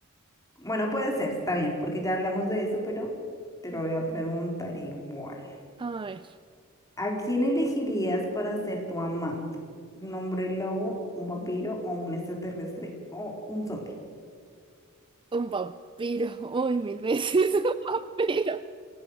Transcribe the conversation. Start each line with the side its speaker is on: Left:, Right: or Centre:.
Left: Bueno, puede ser, está bien, porque ya hablamos de eso, pero te lo voy a preguntar igual.
Right: A ver,
Left: ¿A quién elegirías para ser tu amante? ¿Un hombre lobo, un vampiro o un extraterrestre o un zombie?
Right: un vampiro, <laughs> uy, mil veces <laughs> un vampiro.